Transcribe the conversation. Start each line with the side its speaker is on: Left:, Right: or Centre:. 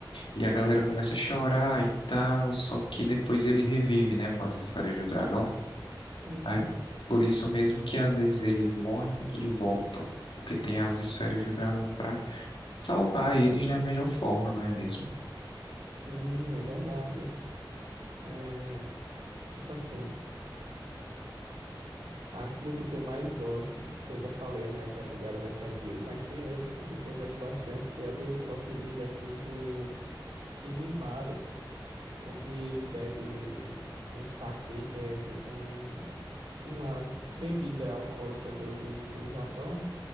Left: E a galera começa a chorar e tal, só que depois ele revive, né, com as esferas do dragão.
Right: Uhum.
Left: Aí por isso mesmo que às vezes eles morrem e voltam, porque tem as esferas do dragão pra salvar eles da melhor forma, não é mesmo?
Right: Sim, é verdade. É, tipo assim, a luta que eu mais gosto, que eu já falei, né, que é a do Gaara versus Rock Lee, mas tem outra também que eu gosto bastante, que é a do Rock Lee versus o Kimimaro. onde ele bebe um saquê, que é tipo um, uma bebida alcoólica do, do, do Japão,